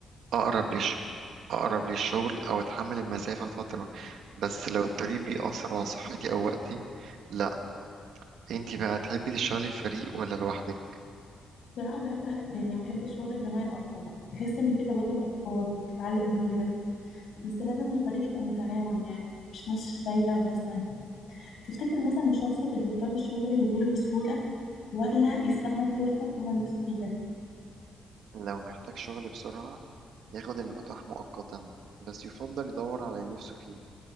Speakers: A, on the right; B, on the left.
A: أقرب ليش أقرب للشغل أو أتحمل المسافة فترة بس لو الطريق بيأثر على صحتي أو وقتي لأ أنتي بقى تحبي تشتغلي في فريق ولا لوحدك؟
B: بصراحة بحب يعني بحب الشغل الجماعي أكتر بحس إن في تبادل أفكار وبتتعلم من غيرك بس لازم الفريق يبقى متعاون يعني مش ناس شايلة وناس نايمة تفتكر مثلا الشخص اللي بيختار الشغل اللي بيجيله بسهولة ولا يستنى الفرصة اللي هو نفسه فيها
A: لو محتاج شغل بسرعة ياخد المتاح مؤقتا بس يفضل يدور على اللي نفسه فيه